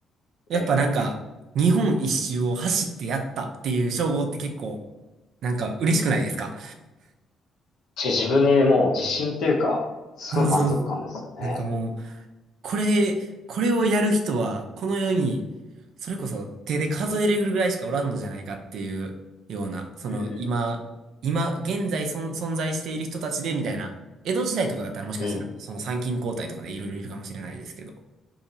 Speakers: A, on the right (about 75°); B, on the left (about 75°).
A: やっぱなんか、
B: ええ
A: 日本一周を走ってやったっていう称号って結構、なんか嬉しくないですか
B: し自分にもう自信っていうか、すごい満足感ですよね。
A: そうそう。なんかもう、これ、これをやる人は、この世に、それこそ手で数えれるぐらいしかおらんのじゃないかっていうような、その今、
B: うん。
A: 今、現在存存在している人たちでみたいな、江戸時代とかだったらもしかしたら、
B: うん。
A: その参勤交代とかでいろいろいるかもしれないですけど、